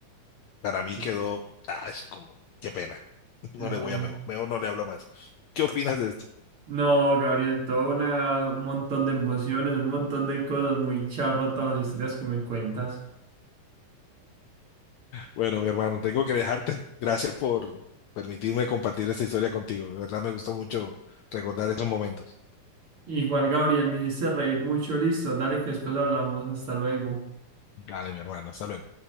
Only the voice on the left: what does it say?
para mí
quedó, ay, como, qué pena. <laughs> No
le voy a mejor, mejor no le hablo más. ¿Qué opinas de esto?
Bueno, mi hermano, tengo que dejarte. Gracias por permitirme compartir esta historia contigo. De verdad me gustó mucho recordar esos momentos.
Dale, mi hermano, hasta luego.